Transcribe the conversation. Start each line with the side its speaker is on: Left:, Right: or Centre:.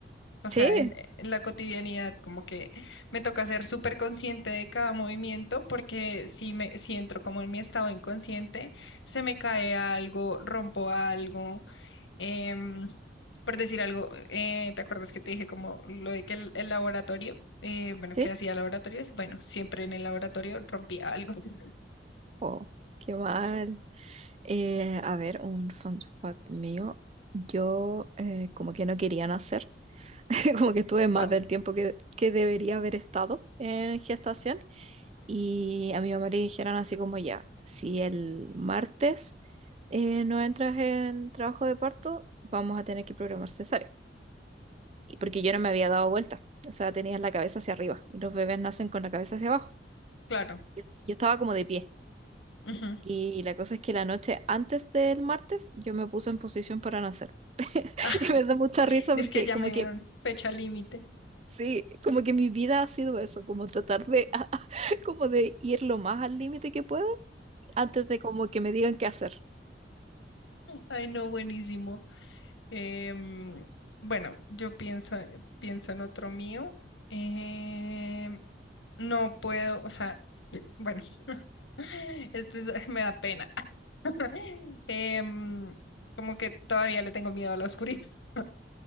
Left: O sea,
Right: Sí,
Left: en, en la cotidianidad, como que me toca ser súper consciente de cada movimiento, porque si me, si entro como en mi estado inconsciente, se me cae algo, rompo algo, em, por decir algo, eh, ¿te acuerdas que te dije como lo de que el, el laboratorio, eh, bueno,
Right: sí.
Left: que hacía laboratorios? Bueno, siempre en el laboratorio rompía algo. <laughs>
Right: Oh, qué mal. Eh, a ver, un fun fact mío. Yo eh, como que no quería nacer. <laughs> Como que estuve más
Left: ¿What?
Right: del tiempo que, que debería haber estado en gestación. Y a mi mamá le dijeron así como ya, si el martes eh, no entras en trabajo de parto, vamos a tener que programar cesárea. Y porque yo no me había dado vuelta, o sea, tenías la cabeza hacia arriba y los bebés nacen con la cabeza hacia abajo.
Left: Claro.
Right: Yo, yo estaba como de pie.
Left: Ujú. <laughs>
Right: Y la cosa es que la noche antes del martes yo me puse en posición para nacer. <laughs>
Left: Ah,
Right: Y me da mucha risa
Left: es
Right: porque
Left: que ya
Right: como
Left: me
Right: que,
Left: dieron fecha límite.
Right: sí, como que mi vida ha sido eso, como tratar de, <laughs> como de ir lo más al límite que puedo antes de como que me digan qué hacer.
Left: Ay, no, buenísimo. Em, bueno, yo pienso, eh, pienso en otro mío. Em, no puedo, o sea, <clears throat> bueno, <laughs> este es- me da pena. <laughs> Em, como que todavía le tengo miedo a la oscuridad. <laughs>